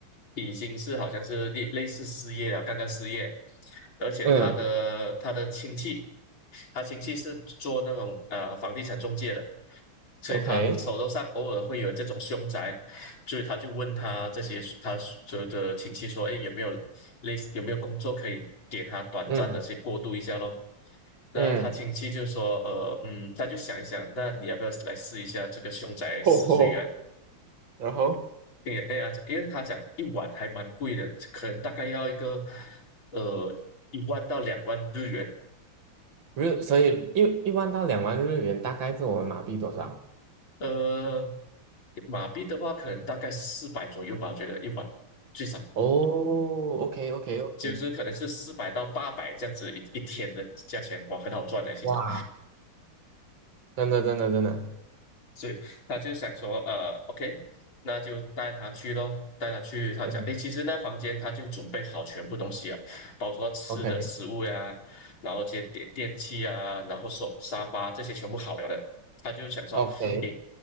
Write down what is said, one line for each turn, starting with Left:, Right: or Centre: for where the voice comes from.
Left: 已经是好像是类类似失业了，刚刚失业，而且他的他的亲戚，
Right: 嗯
Left: 他亲戚是做那种呃房地产中介的，所以他手头上偶尔会有这种凶宅，
Right: ，OK，
Left: 所以他就问他这些他所有的亲戚说，哎，有没有类似有没有工作可以给他短暂的去过渡一下咯？
Right: 嗯
Left: 那他亲戚就说，
Right: 嗯，
Left: 呃，嗯，他就想一想，那你要不要来试一下这个凶宅试睡员？
Right: 吼吼，然后
Left: 因为哎呀，因为他讲一晚还蛮贵的，可能大概要一个呃一万到两万日元，
Right: 日，所以一一万到两万日元大概是我们马币多少？
Left: 呃，马币的话可能大概四百左右吧，我觉得一晚最少。
Right: 哦，OK OK OK，
Left: 就是可能是四百到八百这样子一一天的价钱，哇，很好赚的，其实。
Right: 哇，真的真的真的，
Left: 所以他就想说，呃，OK，那就带他去咯，带他去。他讲，
Right: 嗯
Left: 诶，其实那房间他就准备好全部东西啊，包括吃的食物呀、
Right: ，OK
Left: 然后这些电电器啊，然后手沙发这些全部好了的。他就想说，
Right: OK，
Left: 诶，